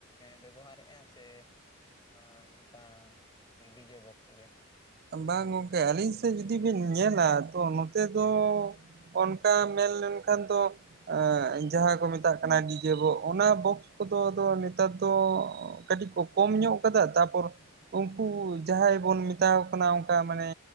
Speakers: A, on the left; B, on the right.
A: ᱵᱮᱵᱚᱦᱟᱨᱮᱜᱼᱟ ᱥᱮ ᱟᱨ ᱱᱚᱝᱠᱟ ᱰᱤᱡᱮ ᱵᱚᱠᱥ ᱜᱮ?
B: ᱵᱟᱝ ᱜᱚᱝᱠᱮ ᱟᱹᱞᱤᱧ ᱥᱮᱫ ᱡᱩᱫᱤ ᱵᱤᱱ ᱧᱮᱞᱟ ᱛᱚ ᱱᱚᱛᱮ ᱫᱚ ᱚᱱᱠᱟ ᱢᱮᱱᱞᱮᱞᱱᱠᱷᱟᱱ ᱫᱚ ᱮᱜ ᱡᱟᱦᱟᱸ ᱠᱚ ᱢᱮᱛᱟᱜ ᱠᱟᱱᱟ ᱰᱤᱡᱮ ᱵᱚᱠᱥ ᱚᱱᱟ ᱵᱚᱠᱥ ᱠᱚᱫᱚ ᱱᱮᱛᱟᱨ ᱫᱚ ᱠᱟᱹᱴᱤᱡ ᱠᱚ ᱠᱚᱢ ᱧᱚᱜ ᱠᱟᱫᱟ ᱛᱟᱯᱚᱨ ᱩᱱᱠᱩ ᱡᱟᱦᱟᱸᱭ ᱵᱚᱱ ᱢᱮ ᱢᱮᱛᱟ ᱠᱚ ᱠᱟᱱᱟ ᱚᱝᱠᱟ ᱢᱟᱱᱮ